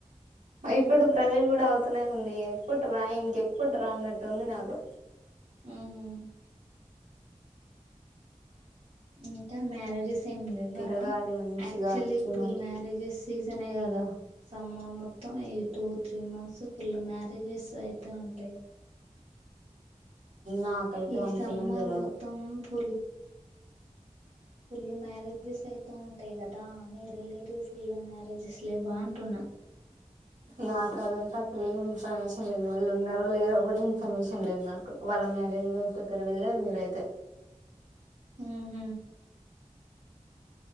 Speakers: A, on the right; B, on the right.
A: మ్మ్
B: ఇప్పుడు ప్రజెంట్ కూడా అవుతనే ఉంది ఎప్పుడు ట్రా ఇంక ఎప్పుడు రా్రా అన్నట్టు ఉంది నాకు
A: మ్మ్ ఇంట మ్యారేజస్ సేమ్ లేవా
B: తిరగాలి మంచిగా
A: యాక్చువల్లీ ఇప్పుడు
B: తినాలి
A: మ్యారేజెస్ సీజనే గదా సమ్మర్ మొత్తం ఈ two three months full marriages అయితే ఉంటాయి
B: నాకైతే
A: ఈ
B: అంతేం
A: సమ్మర్
B: తెలవదు
A: మొత్తం ఫుల్ ఫుల్లు మ్యారేజెస్ అయితే ఉంటాయి కదా మీ రిలేటివ్స్లలో మ్యారేజెస్ లో బాగుంటున్నా
B: నాకు అదంతా అసలు ఏమి ఇన్ఫర్మేషన్ లేదు వాళ్ళు ఉన్నారో లేరో కూడా ఇన్ఫర్మేషన్ లేదు నాకు వాళ్ళ మ్యారేజ్ దగ్గర వెళ్ళారు మీరైతే
A: ఊహు